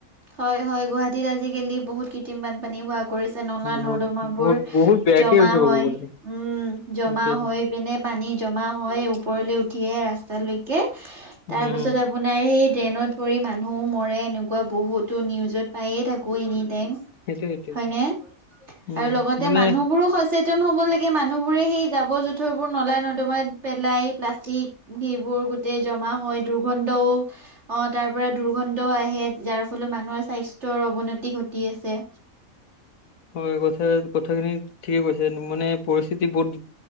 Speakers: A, on the right; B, on the left.
A: হয়, হয় গুৱাহাটীত আজিকালি বহুত কৃত্ৰিম বানপানী হোৱা কৰিছে নলা
B: বহুত
A: নৰ্দমাবোৰ
B: বহুত বহুত বেয়াকে
A: জমা
B: হৈছে
A: হয়
B: ক'ব গ'লে
A: উম জমা
B: সেইটোৱে
A: হয় পিনে পানী জমা হয় ওপৰলৈ উঠি আহে ৰাস্তালৈকে। তাৰ
B: উম
A: পাছত আ আপোনাৰ সেই ট্ৰেইনত পৰি মানুহো মৰে এনেকুৱা বহুতো নিউজত পায়ে থাকো এনি টাইম।
B: সেইটোৱে সেইটোৱে
A: হয়নে?
B: উম
A: আৰু লগতে
B: মানে
A: মানুহবোৰো সচেতন হ'ব লাগে। মানুহবোৰে সেই জাবৰ জোঁথৰবোৰ নলা নৰ্দমাত পেলাই প্লাষ্টিক সেইবোৰ গোটেই জমা হয় দুৰ্গন্ধও, অ' তাৰ পৰা দুৰ্গন্ধও আহে যাৰ ফলত মানুহৰ স্বাস্থ্যৰ অৱনতি ঘটি আছে।
B: হয় কথা কথাখিনি ঠিকে কৈছে মানে পৰিস্থিতি বহুত